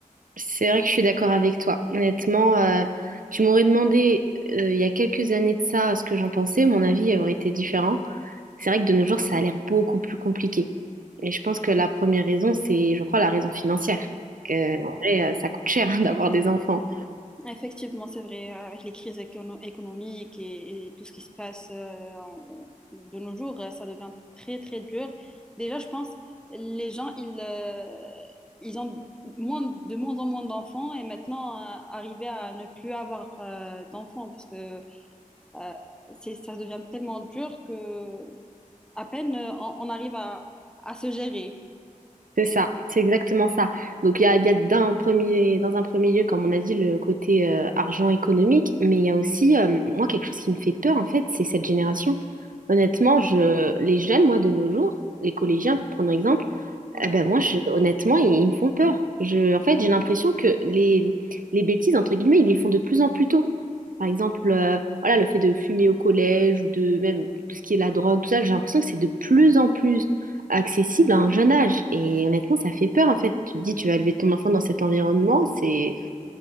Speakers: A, on the right (about 75°); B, in the centre.
A: C'est vrai que je suis d'accord avec toi. Honnêtement, euh, tu m'aurais demandé euh, il y a quelques années de ça ce que j'en pensais, mon avis aurait été différent. C'est vrai que de nos jours, ça a l'air beaucoup plus compliqué. Et je pense que la première raison, c'est, je crois, la raison financière. Parce que, en vrai, euh, ça coûte cher <laughs> d'avoir des enfants.
B: Effectivement, c'est vrai, avec les crises écono- économiques et, et tout ce qui se passe euh, en- de nos jours, euh, ça devient très, très dur. Déjà, je pense, les gens, ils, euh, ils ont moins, de moins en moins d'enfants et maintenant, euh, arriver à ne plus avoir euh, d'enfants parce que euh, c'est, ça devient tellement dur que à peine euh, on, on arrive à, à se gérer.
A: C'est ça, c'est exactement ça. Donc il y a, il y a d'un premier, dans un premier lieu, comme on a dit, le côté euh, argent économique, mais il y a aussi, euh, moi, quelque chose qui me fait peur, en fait, c'est cette génération. Honnêtement, je, les jeunes, moi, de nos jours, les collégiens, prenons exemple,
B: Oui.
A: ah ben moi, je- honnêtement, ils, ils me font peur. Je, en fait, j'ai l'impression que les, les bêtises, entre guillemets, ils les font de plus en plus tôt. Par exemple, euh, voilà, le fait de fumer au collège ou de même tout ce qui est la drogue, tout ça, j'ai l'impression que c'est de plus en plus accessible à un jeune âge. Et honnêtement, ça fait peur, en fait. Tu te dis, tu vas élever ton enfant dans cet environnement, c'est,